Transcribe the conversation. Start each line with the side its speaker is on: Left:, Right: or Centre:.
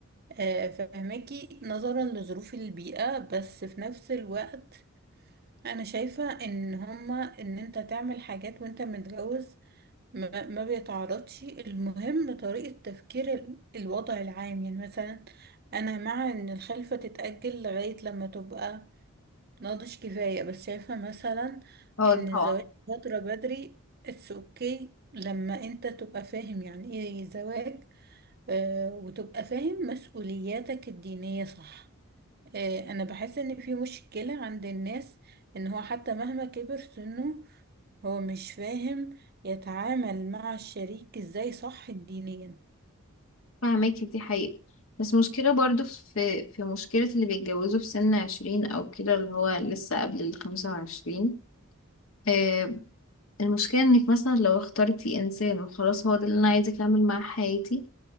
Right: آه، فهماكي نظرا لظروف البيئة بس في نفس الوقت أنا شايفة إن هما إن أنت تعمل حاجات وأنت متجوز ما, ما بيتعرضش المهم طريقة تفكير ال- الوضع العام يعني مثلا أنا مع إن الخلفة تتأجل لغاية لما تبقى ناضج كفاية بس شايفة مثلا
Left: اه
Right: إن الزواج
Left: طبعا
Right: فترة بدري اتس اوكي لما انت تبقى فاهم يعني ايه زواج آه، وتبقى فاهم مسؤولياتك الدينية صح آه، انا بحس ان في مشكلة عند الناس ان هو حتى مهما كبر سنه هو مش فاهم يتعامل مع الشريك ازاي صح دينيا
Left: فاهماكي دي حقيقة بس مشكلة برضو في في مشكلة اللي بيتجوزوا في سن عشرين أو كده اللي هو لسه قبل الخمسة وعشرين آه، المشكلة انك مثلا لو اخترتي انسان وخلاص هو ده اللي انا عايزة اكمل معاه حياتي